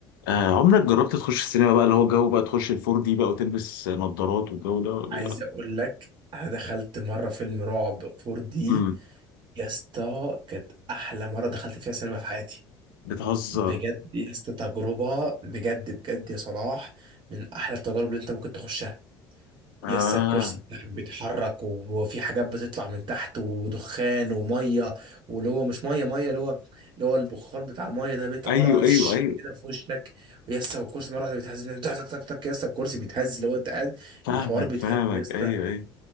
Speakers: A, on the left (about 65°); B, on the right (about 40°).
A: آه، عمرك جربت تخش السينما بقى اللي هو الجو بقى تخش الفور دي بقى وتلبس نظارات والجو ده ولا
B: عايز اقول لك انا دخلت مرة فيلم رعب 4 دي
A: امم
B: يا اسطى كانت احلى مره دخلت فيها سينما في حياتي
A: بتهزر
B: بجد يا اسطى تجربه بجد بجد يا صلاح من احلى التجارب اللي انت ممكن تخشها
A: اه
B: يا اسطى الكرسي بتاعك بيتحرك وفي حاجات بتطلع من تحت ودخان وميه واللي هو مش ميه ميه اللي هو اللي هو البخار بتاع الميه ده بيطلع
A: ايوه
B: مره واحده
A: ايوه
B: فش
A: ايوه
B: كده في وشك ويا اسطى والكرسي مره واحده بيتهز تك تك تك تك يا اسطى الكرسي بيتهز اللي هو انت قاعد
A: فاهمك
B: الحوار بيتهز
A: فاهمك
B: يا اسطى
A: ايوه ايوه